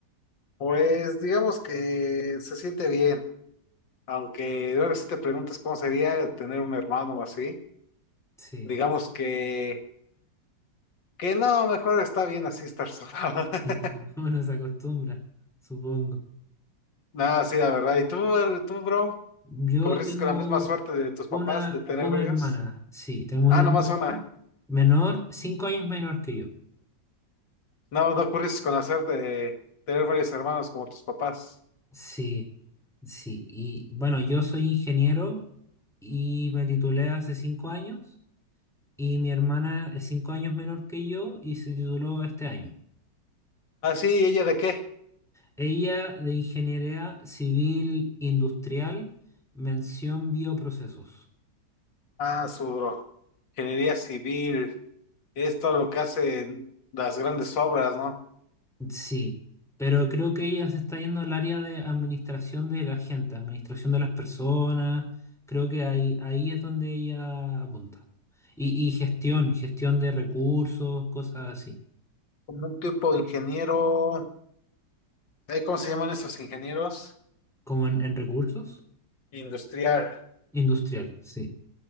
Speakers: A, on the left (about 80°); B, in the centre.
A: Pues digamos que se siente bien. Aunque luego si te preguntas cómo sería tener un hermano o así,
B: Sí,
A: digamos que, que no, mejor está bien así estar solo. <laughs>
B: sí, <laughs> uno se acostumbra, supongo.
A: Nada, sí, la verdad. ¿Y tú, er- tú, bro?
B: Yo
A: ¿Corriste
B: tengo
A: con la misma suerte de tus
B: una,
A: papás de tener
B: una
A: varios?
B: hermana, sí, tengo
A: Ah,
B: una hermana
A: nomás una.
B: menor, cinco años menor que yo.
A: No, no corriste con la suerte de tener varios hermanos como tus papás.
B: Sí, sí. Y bueno, yo soy ingeniero y me titulé hace cinco años y mi hermana es cinco años menor que yo y se tituló este año.
A: Ah, sí, ¿y ella de qué?
B: Ella de Ingeniería Civil Industrial, mención bioprocesos.
A: Ah, su bro. Ingeniería civil. Es todo lo que hacen las grandes obras, ¿no?
B: Sí, pero creo que ella se está yendo al área de administración de la gente, administración de las personas. Creo que ahí, ahí es donde ella apunta. Y, y gestión, gestión de recursos, cosas así.
A: Como un tipo de ingeniero. eh, ¿Cómo se llaman esos ingenieros?
B: Como en, en recursos,
A: Industrial,
B: industrial, sí.